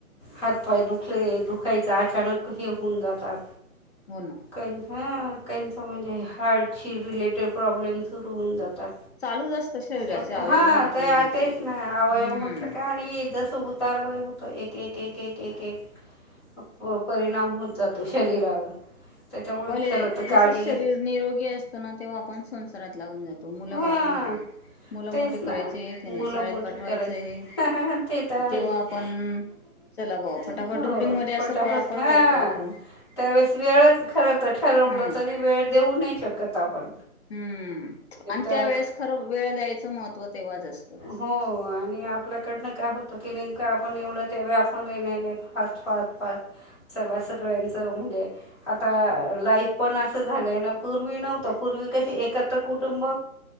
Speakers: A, on the left; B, on the left.
A: हात पाय दुखले दुखायचे अचानक हे होऊन जातात.
B: हो ना
A: म्हणजे हार्ट ची रिलेटेड प्रॉब्लेम रहून जातात.
B: चालूच असतं शरीराचे
A: ऑफ
B: अवयव
A: हा
B: म्हटले
A: ते
B: म्हणजे
A: आताच ना अवयव
B: हम्म
A: म्हटलं का आणि जस उतारवा होत एक एक एक एक एक एक परिणाम होत जातो शरीरावर. त्याच्यामुळे
B: पले
A: खरं तर काळजी
B: जस शरीर
A: घ्या
B: निरोगी असतना तेव्हा आपण संसारात लागून जातो. तो मुलं
A: हा
B: बाळांमध्ये, मुलं
A: तेच
B: मोठे
A: ना
B: करायचे आहे. त्यांना
A: मुलं
B: शाळेत
A: मोठी
B: पाठवायचं
A: करायचं
B: आहे.
A: ते तर आहेच
B: तेव्हा आपण चला बुवा
A: हो
B: फटाफट रुटिंग मध्ये असं
A: पटापट
B: पळापळ
A: हा
B: करतो आपण.
A: त्यावेळेस वेळच खर तर ठरवलं
B: हम्म
A: तरी वेळ देऊ नाही शकत आपण.
B: हम्म आणि
A: का
B: त्या वेळेस खरं वेळ द्यायचं महत्त्व तेव्हाच असतं
A: हो आणि आपल्याकडनं काय होत की नाही का आपण एवढं तेव आपण ये नाही फास्ट फास्ट फास्ट चला सगळ्यांचं म्हणजे, आता लाईफ पण असं झालंय ना पूर्वी नव्हतं पूर्वी कशी एकत्र कुटुंब